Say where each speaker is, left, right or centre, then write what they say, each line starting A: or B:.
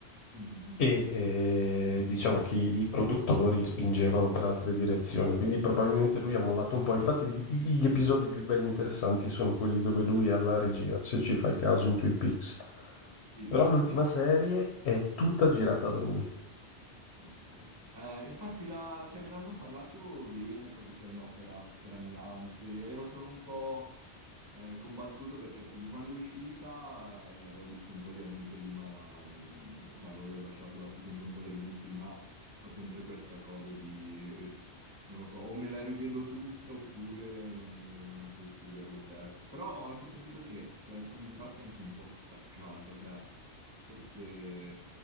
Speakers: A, on the right; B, on the left.
A: Mhm.
B: e eh, diciamo che i produttori spingevano per altre direzioni, quindi probabilmente lui ha mollato un po'. Infatti gli, gli episodi più belli e interessanti sono quelli dove lui è alla regia, se ci fai caso in Twin Peaks.
A: Sì,
B: Però
A: sì, no,
B: l'ultima
A: cioè,
B: serie è tutta girata da lui.
A: Ok. Eh, infatti la- cioè, me ne hanno parlato bene, proprio che è un'opera straniante. Ero solo un po' eh, combattuto perché appunto quando è uscita eh, l'avevo vista un po' di anni prima, la- mh, cioè avevo lasciato la seconda un po' di anni prima, ho sempre questa cosa di... eh, non lo so, o me la rivedo tutta oppure non, non ha senso vederla terza. Però ho anche sentito che per alcuni tratti è anche un po' staccata, cioè forse